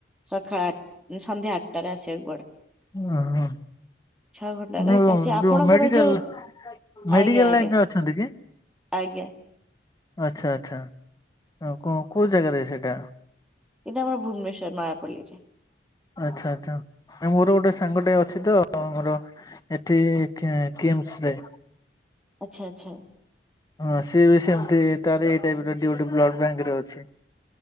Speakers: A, in the centre; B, on the left.
A: ସଖାଳ ଆଠ-ସନ୍ଧ୍ୟା ଆଠଟାରେ ଆସିଆକୁ ପଡେ।
B: ଅଁ ହଁ।
A: ଛଅ ଘଣ୍ଟାରେ
B: ଯୋ-ଯୋଉ
A: ଯେ ଆପଣଙ୍କର
B: ମେଡିକାଲ୍
A: ଯୋଉ
B: ମେଡିକାଲ୍
A: ଆଜ୍ଞା ଆଜ୍ଞା
B: ଲାଇନରେ ଅଛନ୍ତି କି?
A: ଆଜ୍ଞା।
B: ଆଚ୍ଛା ଆଚ୍ଛା। ଅଁ କଁ କୋଉ ଜାଗାରେ ସେଟା?
A: ଏଟା ଆମର ଭୁବନେଶ୍ୱର ନୟାପଲ୍ଲୀରେ।
B: ଆଚ୍ଛା ଆଚ୍ଛା ନାଇଁ ମୋର ଗୋଟେ ସାଙ୍ଗଟେ ଅଛି ତ ଆମର ଏଠି କି-କିମ୍ସରେ।
A: ଆଚ୍ଛା ଆଚ୍ଛା।
B: ହଁ ସିଏ ବି ସେମିତି ତାର ଏଇ ଟାଇପ୍ ର ଡିୟୁଟି ବ୍ଲଡ ବ୍ୟାଙ୍କରେ ଅଛି।